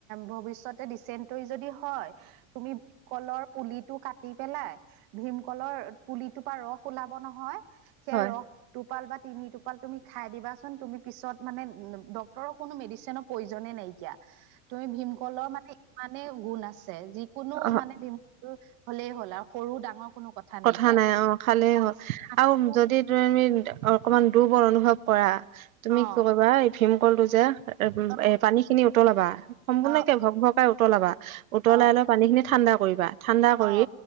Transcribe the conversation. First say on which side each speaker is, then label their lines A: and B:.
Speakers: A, on the right; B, on the right.
A: ভৱিষ্যতে দিচেণ্ট যদি হয়, তুমি ভীমকলৰ পুলিটো কাটি পেলাই ভীমকলৰ পুলিটোৰ পৰা ৰস ওলাব নহয় সেই
B: হয়
A: ৰস টোপাল বা তিনি টোপাল তুমি খাই দিবাচোন তুমি পিছত মানে ডক্তৰৰ কোনো মেডিচিনত প্ৰয়োজনে নাইকিয়া তই ভীমকলৰ মানে ইমানেই গুণ আছে যিকোনো
B: অ
A: মানে ভীম কল হলেই হ'ল আৰু সৰু ডাঙৰ কোনো
B: কথা
A: নাইকিয়া
B: নাই অ খালে
A: অ
B: হল
A: আঠাটো
B: আৰু যদি তুমি অকমান দুৰ্বল অনুভৱ কৰা তুমি
A: অ
B: কি কৰিবা ভীমকলটো যে
A: অ
B: এ পানী খিনি উতলাবা সম্পূৰ্ণকে
A: অ
B: ভক ভকাই উতলাবা উতলাই
A: অ অ
B: লোৱা পানী খিনি ঠাণ্ডা কৰিবা ঠাণ্ডা কৰি
A: অ